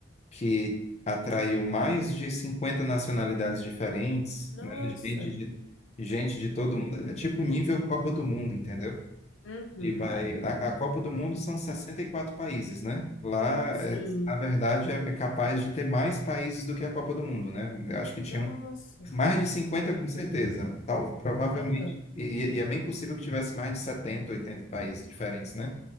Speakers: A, on the left (about 35°); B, on the left (about 85°).
A: que atraiu mais de 50 nacionalidades diferentes,
B: Nossa,
A: né? Gente de, gente de todo mundo, é tipo nível Copa do Mundo, entendeu?
B: uhum,
A: E vai, a, a Copa do Mundo são 64 países, né? Lá, é,
B: sim,
A: na verdade, é, é capaz de ter mais países do que a Copa do Mundo, né? Eu acho que tinham
B: nossa,
A: mais de 50 com certeza. Tal, provavelmente,
B: aham,
A: e, e e é bem possível que tivesse mais de 70, 80 países diferentes, né?